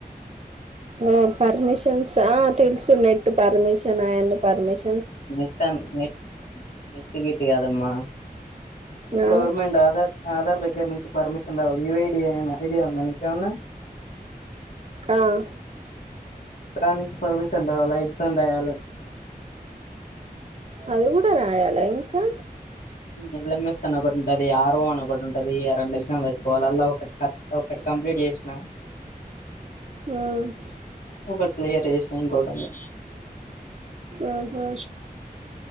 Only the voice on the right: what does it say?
ఓ పర్మిషన్. తెలుసు నెట్టు పర్మిషన్ అయన్ని పర్మిషన్.
ఆ
ఆహా.
అదికూడా రాయాలా ఇంకా.
హ్మ్.
ఉహు.